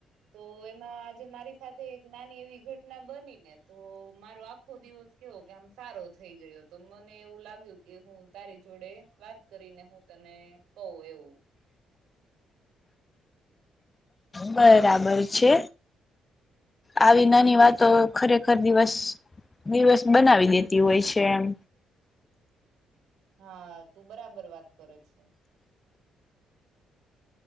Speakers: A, on the right (about 80°); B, on the left (about 25°).
A: તો એમાં આજે મારી સાથે એક નાની એવી ઘટના બની ને તો મારો આખો દિવસ કેવો કે આમ સારો થઈ ગયો તો મને એવું લાગ્યું કે હું તારી જોડે વાત કરીને હું તને કવ એવું
B: બરાબર છે. આવી નાની વાતો ખરેખર દિવસ દિવસ બનાવી દેતી હોય છે એમ.
A: હા તું બરાબર વાત કર છ.